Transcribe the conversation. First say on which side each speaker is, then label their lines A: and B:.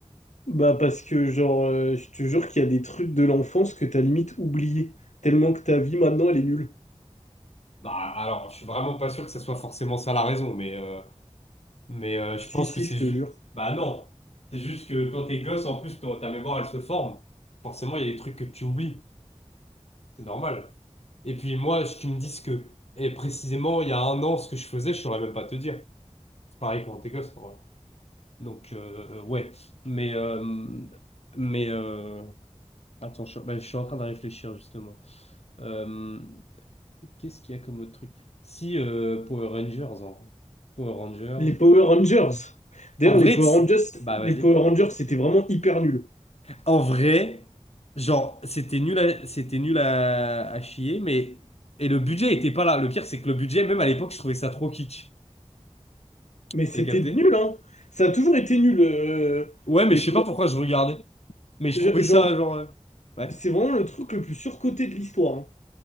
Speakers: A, on the left; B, on the left.
A: Bah parce que, genre, euh, je te jure qu'il y a des trucs de l'enfance que t'as limite oublié, tellement que ta vie, maintenant, elle est nulle.
B: Bah, alors, je suis vraiment pas sûr que ça soit forcément ça la raison, mais, euh, mais euh, je
A: Si,
B: pense
A: si,
B: que c'est
A: je te
B: juste.
A: jure.
B: Bah, non. C'est juste que quand t'es gosse, en plus, ton- ta mémoire, elle se forme. Forcément, il y a des trucs que tu oublies. C'est normal. Et puis, moi, si tu me dis ce que. Et précisément, il y a un an, ce que je faisais, je saurais même pas te dire. C'est pareil quand t'es gosse, en vrai. Donc, euh, euh, ouais. Mais. euh, mais. euh, Attends, je, bah, je suis en train de réfléchir, justement. Euh, Qu'est-ce qu'il y a comme autre truc? Si, euh, Power Rangers, en vrai. Power Rangers.
A: Les Power Rangers. D'ailleurs,
B: En vrai,
A: les Power
B: c'est-
A: Rangers,
B: bah vas-y.
A: les Power Rangers, c'était vraiment hyper nul.
B: En vrai, genre, c'était nul à, c'était nul à, à chier, mais. Et le budget était pas là. Le pire, c'est que le budget, même à l'époque, je trouvais ça trop kitsch.
A: Mais c'était
B: T'as capté?
A: nul, hein. Ça a toujours été nul. euh,
B: Ouais, mais
A: les
B: je sais
A: Power
B: pas pourquoi je regardais. Mais je
A: Rangers.
B: trouvais ça,
A: Genre,
B: genre. euh, Ouais.
A: c'est vraiment le truc le plus surcoté de l'histoire. hein.